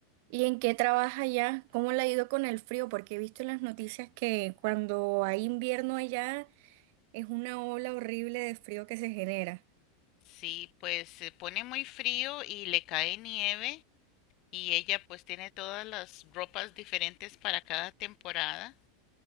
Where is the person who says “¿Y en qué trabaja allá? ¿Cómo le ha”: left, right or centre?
Right